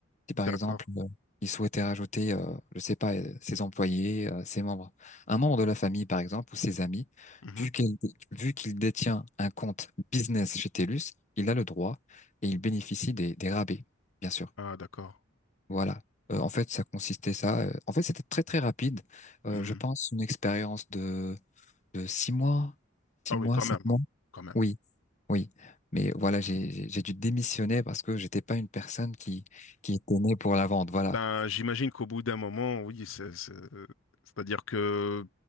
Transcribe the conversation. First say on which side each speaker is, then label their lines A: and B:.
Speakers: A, on the left; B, on the left.
A: Si par exemple,
B: D'accord.
A: euh, il souhaitait rajouter, euh, je sais pas, euh, ses employés, euh, ses membres, un membre de la famille par exemple ou ses amis,
B: Mhm.
A: vu qu'il vu qu'il détient un compte business chez TELUS, il a le droit et il bénéficie des, des rabais, bien sûr.
B: Ah d'accord.
A: Voilà. Euh, en fait, ça consistait ça. euh, en fait, c'était très très rapide. Euh,
B: Mhm.
A: je pense une expérience de de six mois, six
B: Ah
A: mois,
B: oui, quand
A: sept
B: même,
A: mois.
B: quand même.
A: Oui, oui. Mais voilà, j'ai j'ai j'ai dû démissionner parce que j'étais pas une personne qui qui était née pour la vente. Voilà.
B: Ben, j'imagine qu'au bout d'un moment, oui, c'est, c'est- euh, c'est-à-dire que